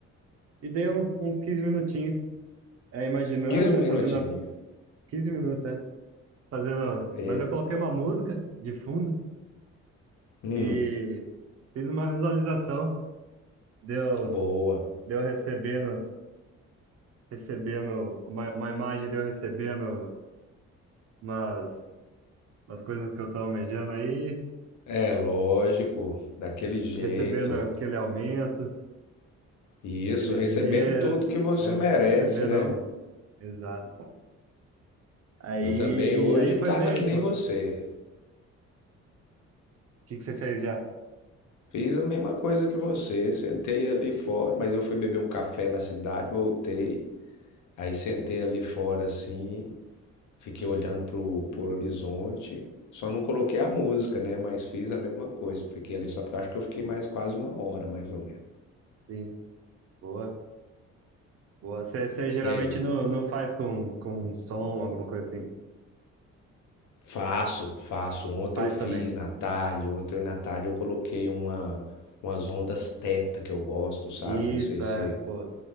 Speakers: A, on the right; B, on the left.
A: E dei uns, uns 15 minutinhos. É, imaginando,
B: quinze
A: né?
B: minutinhos.
A: Fazendo a- 15 minutos, é. Fazendo.
B: É.
A: Mas eu coloquei uma música de fundo
B: Hum,
A: e fiz uma visualização. Deu,
B: boa.
A: deu recebendo. recebendo uma, uma imagem de eu recebendo umas, umas coisas que eu tô almejando aí,
B: É lógico, daquele jeito.
A: recebendo aquele aumento,
B: Isso,
A: aquele
B: recebendo
A: dinheiro,
B: tudo que você
A: né?
B: merece,
A: Recebendo,
B: né?
A: exato. Aí,
B: Eu também hoje
A: aí foi
B: tava
A: bem,
B: que nem
A: pô. O
B: você.
A: que que você fez já?
B: Fiz a mesma coisa que você, sentei ali fora, mas eu fui beber um café na cidade, voltei. Aí sentei ali fora assim, fiquei olhando pro, pro horizonte. Só não coloquei a música, né? Mas fiz a mesma coisa. Fiquei ali só porque eu acho que eu fiquei mais quase uma hora, mais ou menos.
A: Sim, boa, boa. Você, você geralmente
B: E aí?
A: não, não faz com, com som, alguma coisa assim.
B: Faço, faço. Ontem
A: Faz
B: eu fiz
A: também.
B: na tarde. Ontem na tarde eu coloquei uma, umas ondas teta que eu gosto, sabe?
A: Isso,
B: Não sei se
A: é, pô.